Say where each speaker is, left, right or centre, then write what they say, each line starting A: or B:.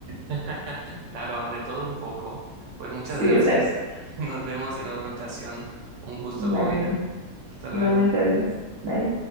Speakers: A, on the right; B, on the right.
A: <laughs> Claro, de todo un poco. Pues muchas
B: Sí,
A: gracias.
B: exacto.
A: <laughs> Nos vemos en otra ocasión. Un gusto,
B: Vale,
A: Paulina. Hasta luego.
B: igualmente, adiós. Bye.